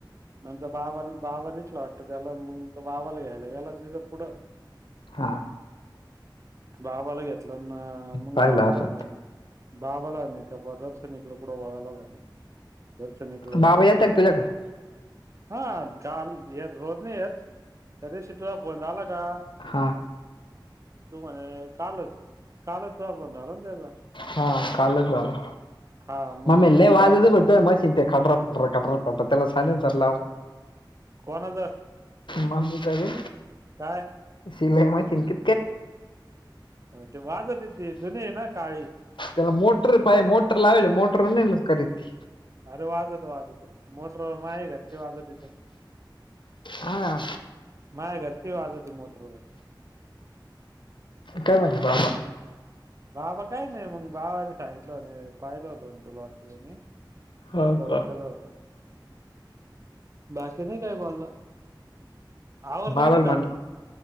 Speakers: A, on the right; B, on the left.
A: नंतर. बाबा बाबा दिसला वाटतं त्याला मग तो बाबाला घ्यायला याला तिथं पुढं.
B: हा
A: बाबाला घेतलं मग
B: पाहिलं
A: बाबाला
B: असं
A: बाबाला आहे का बा दर्शनिकला क वाळला दर्शनिकला
B: बाबा
A: कड
B: येतात
A: गलाबा
B: का तुझ्याकडे
A: हां काल य रोज नाही आहेत त्या दिवशी तुझा फोन झाला का?
B: हा
A: तू म्हणे कालच कालच तुझा फोन झाला ना त्याचा
B: हा कालचं झालं
A: हा मग
B: मम्मे लय वाजत बो मशीन ते खालचं कटर कटर पड त्याला चालेल ना सर लाव
A: कोणाचं.
B: ममी चं रे
A: काय
B: मग शिल्लक राहातील की
A: ते वाजत येतेे जुनी हाय ना काळी
B: त्याला मोटर पाय मोटर लावेल मोटर खरी ती
A: अरे वाजवत वाजत मोटरवर म आहे घ ते वाजवत तथं
B: हा
A: माय घरची वाजती मोटर
B: काय म्हणे बाबा
A: बाबा काय नाही मग बाबांनी सांगितलं पाहिल होतो तू लोटतानी. ह
B: हो
A: त
B: का
A: खरा होता. बाकी नाही काय बोलला. आवरलं
B: बाबाल
A: का नाही काम
B: म्हण